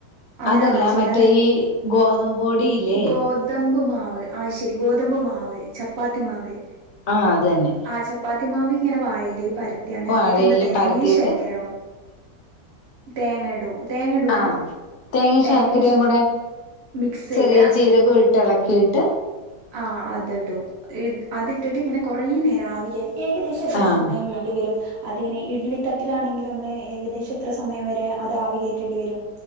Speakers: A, on the right; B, on the left.
A: അങ്ങനാണോ
B: അതല്ല
A: ചെയ്യാറ്?
B: മറ്റേ ഈ ഗോതമ്പ് പൊടിയില്ലേ
A: ഗോതമ്പ് മാവ് അഅ്ശരി ഗോതമ്പ് മാവ് ചപ്പാത്തി മാവ്
B: ആഹ് അത് തന്നെ
A: ആഹ് ചപ്പാത്തി മാവേ ഇങ്ങനെ വഴയിലേ പര-
B: വാഴയില
A: അതിലേക്ക് എന്താ തേങ്ങയും
B: പരത്തിയിട്ട്
A: ശരിക്കരോ തേങ്ങ ഇടും. തേങ്ങ ഇടൂല?
B: ആ തേങ്ങ
A: തേങ്ങയും
B: ശർക്കരയും കൂടെ
A: മിക്സ് ചെയ്ത
B: ചെറിയ ജീരകവും ഇട്ട് എളക്കിട്ട്
A: ആ അത് ഇടും ഇ അതിട്ടിട്ട് ഇങ്ങനെ കൊറേ നേരം ആവിക്കേ- ഏകദേശം എത്ര
B: ആഹ്
A: സമയം വേണ്ടിവരും അതിങ്ങനെ ഇഡ്ലി തട്ടിലാണെങ്കിൽ നമ്മള് ഏകദേശം എത്ര സമയം വരെ അത് ആവി കയറ്റേണ്ടി വരും